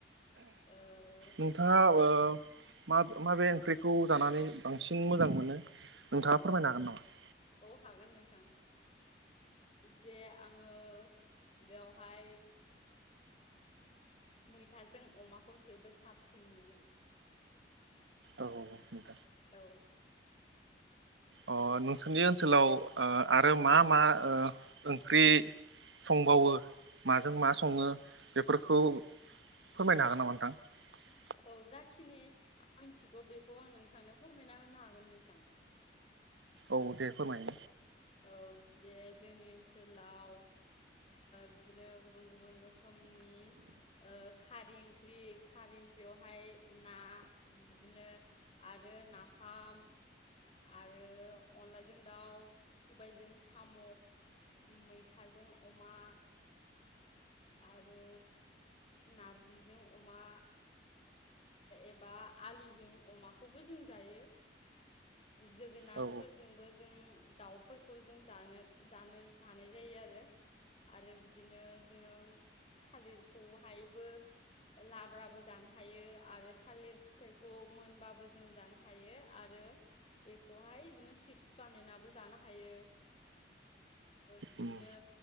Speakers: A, on the left; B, on the right.
A: ओ
B: नोंथाङा अबो म माबे ओंख्रिखौ जानानै बांसिन मोजां मोनो नोंथाङा फोरमायनो हागोन नामा
A: औ हागोन नोंथां जे आङो बेवहाय मैथाजों अमाखौ जोबोद साबसिन मोनदों
B: औ औ
A: औ
B: अ नोंसोरनि ओनसोलाव आरो मा मा ओंख्रि संबावो माजों मा सङो बेफोरखौ फोरमायनो हागोन नामा नोंथां
A: औ जाखिनि आं मिथिगौ बेखौ आं नोंथांनो फोरमायना होनो हागोन नोंथां
B: औ दे फोरमाय
A: औ जे जोंनि ओनसोलाव बिदिनो गुबुन गुबुन रोखोमनि खारै ओंख्रि खारै ओं ख्रियावहाय ना बिदिनो आरो नाफाम आरो अनलाजों दाउ सबायजों साम' मैथाजों अमा आरो नारजिजों अमा एबा आलुजों अमाखौबो जों जायो जोगोनारफोरजोंबो
B: औ
A: जों दाउफोरखौ जों जानो जानो जानाय जायो आरो आरो बिदिनो जोङो थालिरखौहायबो लाब्राबो जानो हायो आरो थालिर फिथाइखौ मोनबाबो जों जानो हायो आरो बेखौहाय जोङो चिपस बानायनाबो जानो हायो बिदिनो
B: उम